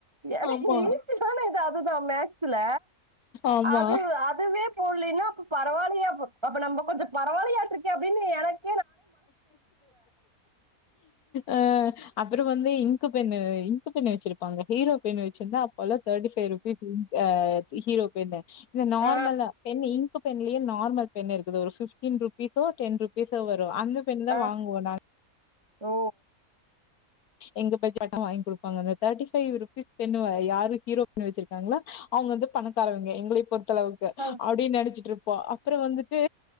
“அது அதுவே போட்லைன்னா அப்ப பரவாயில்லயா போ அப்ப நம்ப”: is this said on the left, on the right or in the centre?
Right